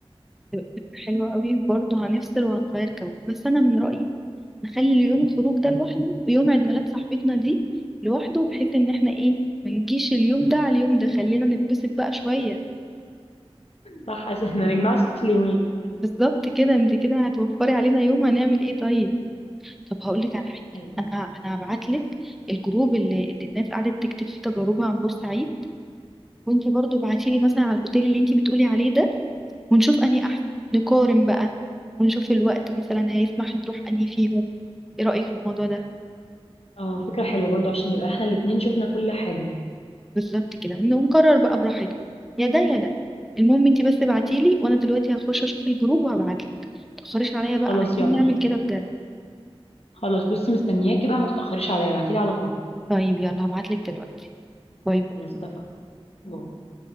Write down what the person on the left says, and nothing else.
صح عشان ما نجمعش اليومين
ايوه
اه فكرة حلوة برضو عشان نبقى احنا الاتنين شفنا كل حاجة
خلاص
يلا
خلاص بصي مستنياكي بقى ما تتأخريش عليا ابعتيلي على طول
خلاص اتفقنا باي.